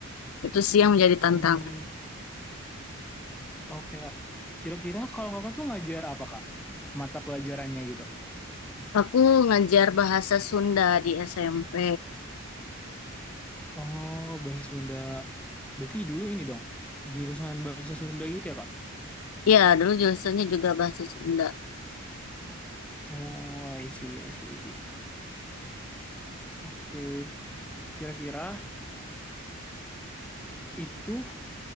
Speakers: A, on the left; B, in the centre.
A: Itu sih yang menjadi tantangan.
B: Hmm, oke, Kak. Kira-kira kalau Kakak tuh ngajar apa, Kak? Mata pelajarannya gitu.
A: Aku ngajar bahasa Sunda di SMP.
B: Oh, bahasa Sunda. Berarti dulu ini dong, jurusan bahasa Sunda gitu ya, Kak?
A: Ya, dulu jurusannya juga bahasa Sunda.
B: Oh, I see, I see, I see. Oke. Kira-kira itu